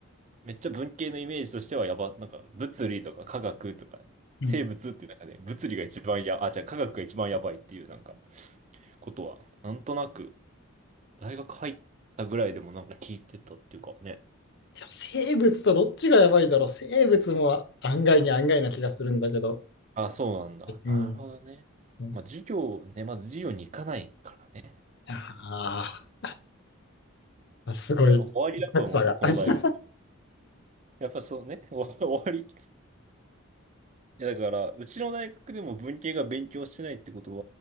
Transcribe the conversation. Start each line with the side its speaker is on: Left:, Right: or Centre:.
Right: めっちゃ文系のイメージとしてはやば、なんか、物理とか科学とか、
Left: うん
Right: 生物っていう中で、物理が一番や、あ、じゃあ科学が一番やばいっていう、なんか、ことは、なんとなく、大学入ったぐらいでもなんか聞いてたっていうかね。
Left: でも生物とどっちがやばいだろう。生物も案外に案外な気がするんだけど。
Right: あ、そうなんだ。
Left: うん。
Right: なるほどね。
Left: そう
Right: まあ、授業ね、まず授業に行かないからね。
Left: ああ。あ、すごい、
Right: いや、終わりだと思う、
Left: 格差が。
Right: この大学。
Left: <laughs>
Right: やっぱそうね、<laughs> お終わり。いや、だから、うちの大学でも文系が勉強してないってこと